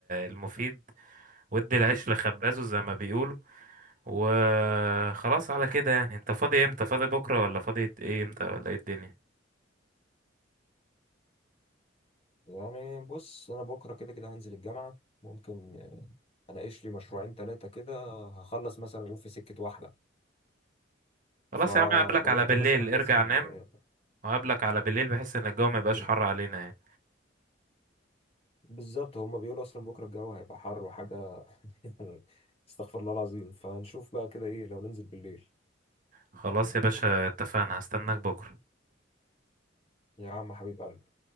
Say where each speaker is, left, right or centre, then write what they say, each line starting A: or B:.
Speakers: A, on the right (about 45°); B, on the left (about 35°).
A: المفيد ودي العيش لخبازه زي ما بيقولوا وخلاص على كده يعني انت فاضي امتى فاضي بكرة ولا فاضي ايه امتى ولا ايه الدنيا
B: يعني بص أنا بكرة كده كده هنزل الجامعة ممكن آه، أناقش لي مشروعين تلاتة كده هخلص مثلا يقول في سكة واحدة
A: خلاص
B: فلو
A: يا عم اقابلك على
B: أنت
A: بالليل
B: مثلا نازل
A: ارجع نام
B: آه،
A: وقابلك على بالليل بحيث ان الجو ما يبقاش
B: مم،
A: حر علينا يعني
B: بالظبط هما بيقولوا أصلا بكرة الجو هيبقى حر وحاجة <laughs> يعني استغفر الله العظيم فنشوف بقى كده إيه لو ننزل بالليل
A: خلاص يا باشا اتفقنا هستناك بكرة
B: يا عم حبيب قلبي